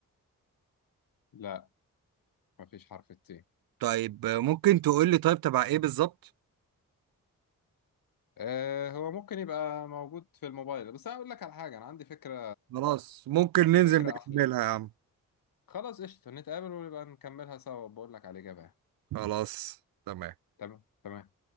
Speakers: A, on the left (about 75°); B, on the right (about 85°).
A: لا مفيش حرف الت
B: طيب آه، ممكن تقول لي طيب تبع ايه بالظبط
A: آه، هو ممكن يبقى موجود في الموبايل بس انا اقول لك على حاجه انا عندي فكره
B: خلاص ممكن ننزل
A: فكره
B: نكملها
A: احلى
B: يا عم
A: خلاص قشطه نتقابل ونبقى نكملها سوا بقول لك على الاجابه يعني.
B: خلاص تمام
A: تمام تمام